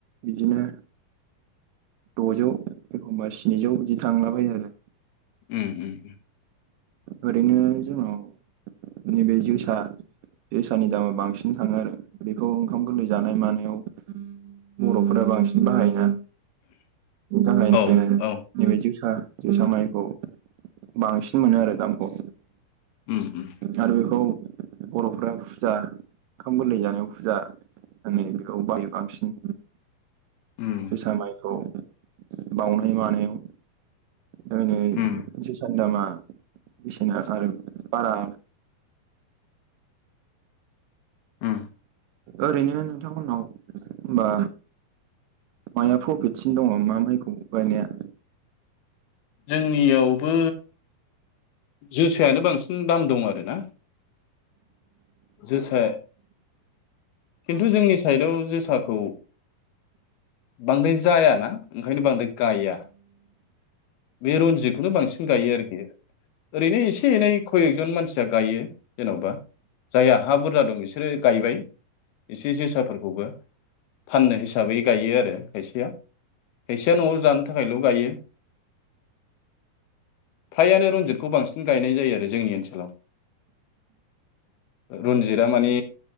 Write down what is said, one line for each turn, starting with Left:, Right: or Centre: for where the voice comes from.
Right: बिदिनो द'जौ एखमबा स्निजौ बिदि थांलाबाय आरो
Left: उम उम
Right: ओरैनो जोंनाव नैबे जिउसा दैसानि दामा बांसिन थाङो आरो बेखौ ओंखाम गोरलै जानाय मानायाव बर'फोरा बांसिन बाहायोना बेनि थाखायनो
Left: औ औ
Right: नैबे जोसा जोसा माइखौ बांसिन मोनो आरो दामखौ
Left: उम उम
Right: आरो बेखौ बर'फोरा फुजा ओंखाम गोरलै जानायाव फुजा होनायफोराव <inaudible>
Left: उम
Right: जोसा माइखौ बावनाय मानायाव ओरैनो
Left: उम
Right: जोसानि दामा बेसेना बारा
Left: उम
Right: ओरैनो नोंथांमोननाव होनबा माइआ प्रफिटसिन दङ मा माइखौ बायनाया
Left: जोंनियावबो जोसायानो बांसिन दाम दं आरोना जोसा खिन्थु जोंनि साइदाव जोसाखौ बांद्राय जाया ना ओंखायनो बांद्राय गाया बे रन्जितखौनो बांसिन गायो आरोखि ओरैनो एसे एनै खय एकजन मानसिया गायो जेन'बा जायहा हा बुरजा दं बिसोर बिसोरो गायबाय एसे जोसाफोरखौबो फाननो हिसाबै गायो आरो खायसेया खायसेया न'आव जानो थाखायल' गायो फ्राइआनो रन्जित बेखौ बांसिन गायनाय जायो आरो जोंनि ओनसोलाव रन्जिदा माने